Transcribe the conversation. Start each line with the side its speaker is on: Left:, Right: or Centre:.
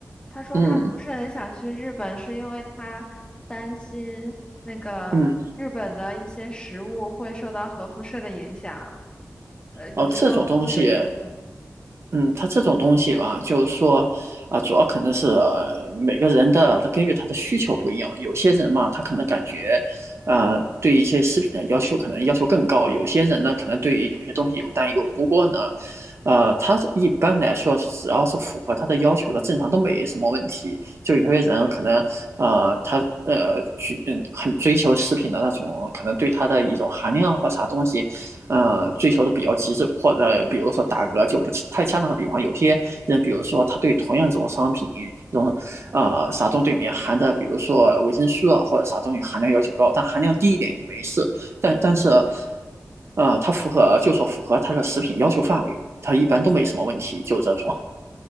Left: 他说他不是很想去日本，
Right: 嗯
Left: 是因为他担心那个日本的一些食物会受到核辐射的影响。
Right: 嗯，
Left: 呃，你觉得会有影响吗？
Right: 哦，这种东西嗯，它这种东西吧，就是说，啊、主要可能是、呃、每个人的，他根据他的需求不一样。有些人嘛，他可能感觉，呃，对一些食品的要求可能要求更高；有些人呢，可能对于有些东西有担忧。不过呢，呃，他是一般来说，只要是符合他的要求的，正常都没什么问题。就有些人可能，呃，他呃去嗯很追求食品的那种，可能对它的一种含量或啥东西。呃，追求的比较极致，或者比如说打个就不太恰当的比方，有些人，比如说他对同样这种商品，这种呃啥东西里面含的，比如说维生素啊或者啥东西含量要求高，但含量低一点也没事，但但是呃它符合就说符合它的食品要求范围，它一般都没什么问题，就这种，